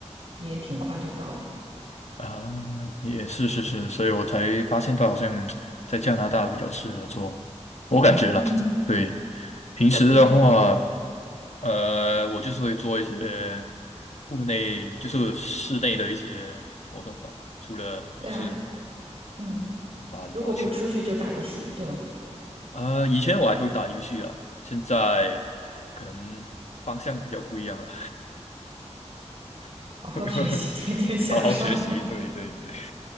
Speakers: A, on the right (about 55°); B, on the left (about 70°).
A: 也挺快就到了。
B: 啊，也是是是，所以我才发现到好像在加拿大比较适合做，我感觉了。
A: 嗯，
B: 对，平时的话，
A: 对
B: 呃，我就是会做一些户内，就是室内的一些活动吧，除了就是
A: 对啊，嗯，
B: 打羽毛球。
A: 如果不出去就打游戏，对吗？
B: 呃，以前我还会打游戏啦，现在可能方向比较不一样了，<laughs>
A: 好好学习，
B: 会会会好好学习，
A: 天天向上
B: 对对对